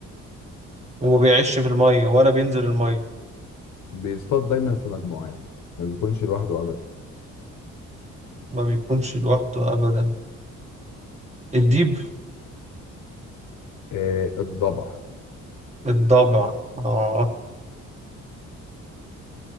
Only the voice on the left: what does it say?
بيصطاد دايما في مجموعات ما بيكونش لوحده ابدا
آه الضبع